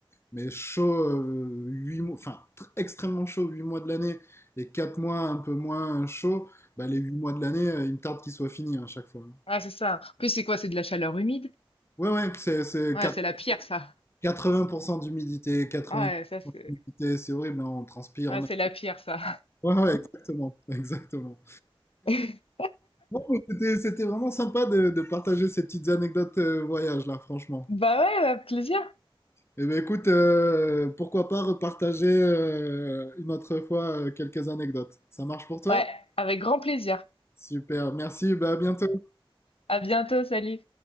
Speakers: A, on the left; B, on the left.
A: mais chaud, euh, huit mois, enfin extrêmement chaud 8 mois de l'année et 4 mois un peu moins chaud, bah, les 8 mois de l'année, euh, il me tarde qu'ils soient finis hein, à chaque fois.
B: ouais, c'est ça. En plus, c'est quoi? C'est de la chaleur humide?
A: Ouais, ouais, c'est c'est
B: Ouais,
A: quat-
B: c'est la pire, ça.
A: 80% d'humidité, quatre-vingts
B: Ouais, ça, c'est,
A: pour cent d'humidité, c'est horrible, hein, on transpire.
B: ouais,
A: On...
B: c'est
A: a-
B: la pire, ça.
A: Ouais, ouais, exactement, <laughs> exactement.
B: <laughs>
A: Bon, mais c'était c'était vraiment sympa de, de partager ces petites anecdotes euh, voyage là, franchement.
B: Bah ouais, avec plaisir.
A: Eh ben écoute, euh, pourquoi pas repartager euh, une autre fois euh, quelques anecdotes. Ça marche pour toi?
B: Ouais, avec grand plaisir.
A: Super, merci, bah, à bientôt.
B: À bientôt, salut.